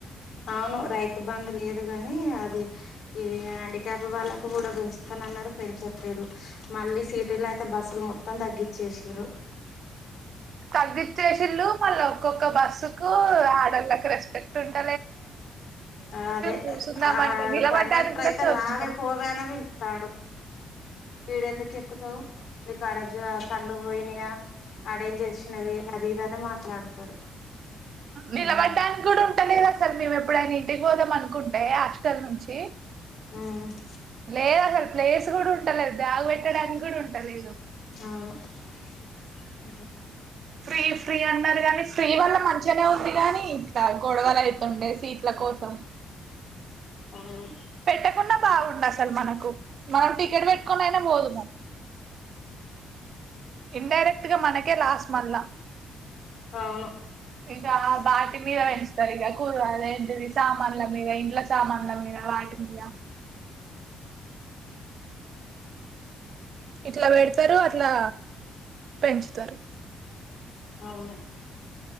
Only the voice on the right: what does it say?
తగ్గచ్చేసీన్లు మళ్ళా ఒక్కొక్క బస్సు కు అదోలకి రెస్పెక్ట్ ఉంట
కూసుందామంటే
నిలబడ్డానికి
కూడా
చోటు
ఉండదు
నిలబడ్డానికి
కూడా ఉంటలెడ్ ఆస్ చల్ మేము ఎప్పుడైనా ఇంటికి పోదాం అనుకుంటే హాస్టల్ నుంచి
లెడ్ అసలు ప్లేస్ <unintelligible> ఉంటలే బ్యాగ్ పెట్టడానికి కూడా ఉంటలేదు
<unintelligible> మరి దాని ఫ్రీ వల్ల మంచిగానే ఉంది కానీ, ఇట్లా గొడవలు అయితుండే సీట్ల కోసం
పెట్టకుండా బాగుండు అసలు మనకు మనం టికెట్ పెట్టుకునీ అయిన పోదుము ఇండైరెక్ట్ ఇది మనకే లాస్ మల్ల
ఇంక వాటి మీద పెంచుతారు ఇక కూర్ టు ఆది ఏంటిది సామాన్ల మీద ఇంట్ల సామాన్ల మీద వాటి మీద ఇట్లా పెడతారు అట్లా పెంచుతారు